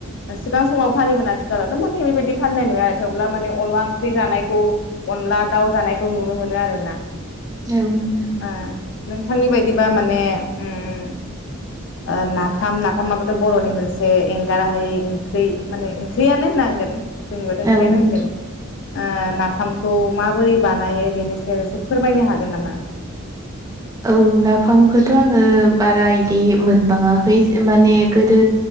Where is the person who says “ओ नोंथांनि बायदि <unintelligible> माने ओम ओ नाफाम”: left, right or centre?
Left